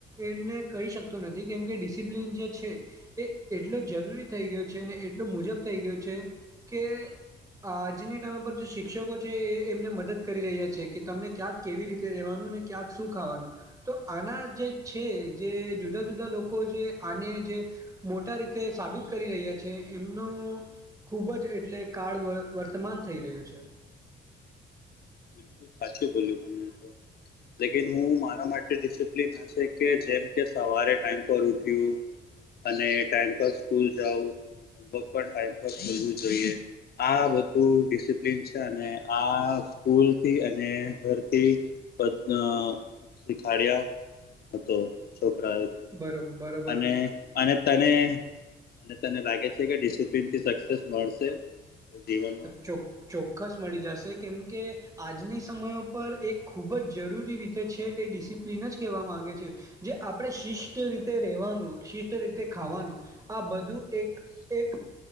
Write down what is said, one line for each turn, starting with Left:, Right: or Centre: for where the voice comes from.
Right: એમને કહી શકતો નથી કેમ કે ડિસિપ્લિન જે છે એ એટલો જરૂરી થઈ ગયો છે એટલો મુજબ થઈ ગયો છે કે આજની ટાઈમ ઉપર જે શિક્ષકો છે એ એમને મદદ કરી રહ્યા છે કે તમને ક્યાંક કેવી રીતે રેવાનું ને ક્યાંક શું ખાવાનું. તો આના જે છે જે જુદા જુદા લોકો જે આને જે મોટા રીતે સાબિત કરી રહ્યા છે એમનો ખૂબ જ એટલે કાળ વર્તમાન થઈ રહ્યું છે
Left: ખૂબ સાચુ બોલ્યું તમે તો લેકિન હું મારા માટે ડિસિપ્લિન છેકે જેમ કે સવારે ટાઈમ પર ઉઠ્યું અને ટાઈમ પર સ્કૂલ જાઓ અને હોમવર્ક પણ ટાઈમ પર કરવું જોઈએ. આ બધું ડિસિપ્લિન છે અને આ સ્કૂલ તે અને ઘરથી બધા અ શિખાડિયા. તો છોકરાએ
Right: બરોબ બરર
Left: અને આ તને લાગે ડિસિપ્લિનથી સક્સેસ મળશે જીવનમાં
Right: પઇ્છુક ચોક્કસ મળી જશે કેમ કે આજની સમય પર એ ખૂબ જ જરૂરી રીતે છે. એ ડિસિપ્લિન જ કહેવા માગે છે જે આપણે શિસ્ત રીતે રેવાનું શિસ્ત રીતે ખાવાનું આ બધું એક એક